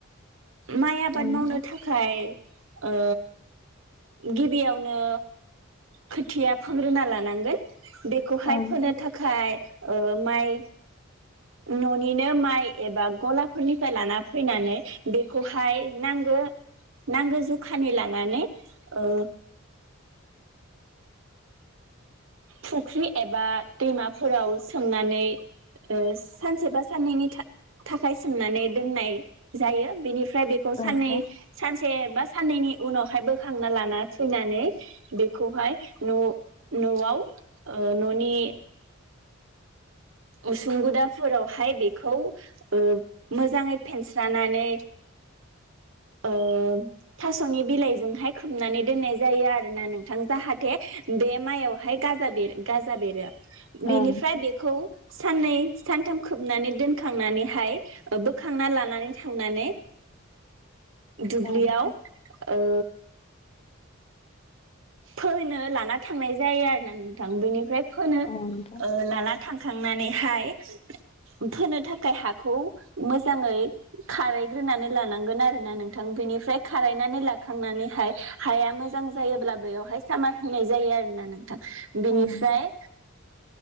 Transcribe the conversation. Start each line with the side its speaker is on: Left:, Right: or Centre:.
Right: माइ आबाद
Left: औ नोंथां
Right: मावनो थाखाय ओ गिबियावनो खोथिया फोग्रोना लानांगोन। बेखौहाय
Left: औ नोंथां
Right: फोनो थाखाय ओ माइ न'निनो माइ एबा गलाफोरनिफ्राय लाना फैनानै बेखौहाय नांगो नांगो जखानि लानानै ओ फुख्रि एबा दैमाफोराव सोमनानै ओ सानसे बा साननैनि थाख थाखाय सोमनानै दोननाय जायो बिनि ओमफ्राय बेखौ
Left: औ
Right: साननै
Left: नोंथां
Right: सानसे बा साननैनि उनावहाय बोखांना लाना फैनानै बेखौहाय न' न'आव ओ न'नि उसुं गुदाफोरावहाय बेखौ ओ मोजाङै फेनस्रानानै ओ थास'नि बिलाइजोंहाय खोबनानै दोननाय जायो आरो ना नोंथां जाहाथे बे माइयावहाय गाजा बेर गाजा बेरो बिनिफ्राय
Left: औ नोंथां
Right: बेखौ साननै सानथाम खोबनानै दोनखांनानैहाय ओ बोखांना लानानै थांनानै दुब्लियाव
Left: औ नोंथां
Right: ओ फोनो लाना थांनाय जायो आरोना नोंथां बेनिफ्राय फोनो
Left: औ नोंथां
Right: ओ लाना थांखांनानैहाय फोनो थाखाय हाखौ मोजाङै खारायग्रोनानै लानांगोन आरोना नोंथां बेनिफ्राय खारायनानै लाखांनानैहाय हाया मोजां जायोब्ला बेवहाय सामार होनाय जायो आरो ना नों बिनिफ्राय
Left: औ नोंथां